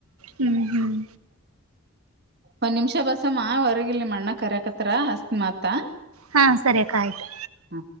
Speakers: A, on the right; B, on the right.
A: ಹ್ಮ್ ಹ್ಮ್
B: ಒಂದ್ ನಿಮಿಷ ಬಸಮ್ಮ ಹೊರಗಿಲ್ ನಿಮ್ಮ್ ಅಣ್ಣ ಕಾರಕತರ ಹಸ್ತ್ ಮತ್ತ.
A: ಹಾ ಸರಿಯಕ ಆಯ್ತು.
B: ಹ್ಮ